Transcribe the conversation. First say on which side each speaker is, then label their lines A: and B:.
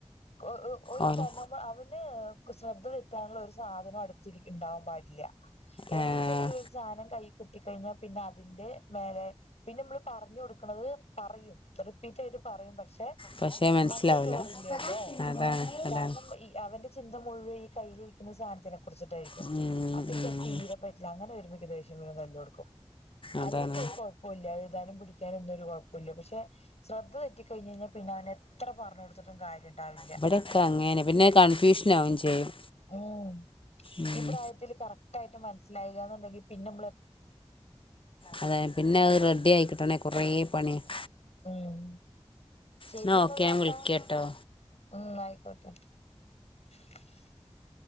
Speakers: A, on the left (about 85°); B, on the left (about 55°).
A: <unintelligible> ഒരു
B: ഓലെ
A: കാര്യ നമ്മൾ അവര് ഇത് ശ്രദ്ധ തെറ്റാനുള്ള ഒരു സാധനം അടുത്തിരി ഇണ്ടാവാൻ പാടില്ല. എന്തെങ്കിലും
B: ഏഹ്
A: ഒരു സാധനം കഴി കിട്ടി കഴിഞ്ഞാൽ പിന്നെ അതിന്റെ മേലെ പിന്നെ ഇമ്മള് പറഞ്ഞു കൊടുക്കണത് പറയും, റിപ്പീറ്റ് ആയിട്ട് പറയും പക്ഷെ
B: പക്ഷേ
A: <unintelligible>
B: മനസ്സിലാവൂല
A: മണ്ടെ കയറില്ലല്ലോ
B: അതാണ് അതാണ്
A: കാരണം, ഇ അവന്റെ ചിന്ത മുഴുവൻ ഈ കയ്യിലിരിക്കുന്ന ഈ സാധനത്തിനും കുറിച്ചിട്ടായിരിക്കും
B: ഉം
A: അപ്പക്ക് അത്
B: ഉം
A: തീരപ്പറ്റില്ല, അങ്ങനെ വരുമ്പോഴേക്ക് ദേഷ്യം വരും തല്ല് കൊടുക്കും
B: അതാണ്
A: അല്ലെങ്കിൽ ഒരു കൊഴപ്പ് എഴുതാനും പഠിക്കാനും ഒന്നും ഒരു കുഴപ്പമില്ല, പക്ഷെ ശ്രദ്ധ തെറ്റി കഴിഞ്ഞ് കഴിഞ്ഞാൽ പിന്നെ അവന് എത്ര പറഞ്ഞു കൊടുത്തിട്ടും കാര്യ ഇണ്ടാവില്ല
B: ഇവിടെയൊക്കെ അങ്ങനെ പിന്നെ കൺഫ്യൂഷനാവും ചെയ്യും
A: ഉം,
B: ഉം
A: ഈ പ്രായത്തില് കറക്റ്റ് ആയിട്ട് മന മനസ്സിലായില്ല എന്നുണ്ടെങ്കി പിന്നെ നമ്മളെ
B: അതെ പിന്നെ അത് റെഡി ആയി കിട്ടണേ കുറെ പണിയാ
A: ഉം, ശരിയന്ന
B: എന്നാ ഓക്കെ
A: താത്ത,
B: ഞാൻ വിളിക്കാട്ടോ
A: ഉം ആയിക്കോട്ട് <unintelligible>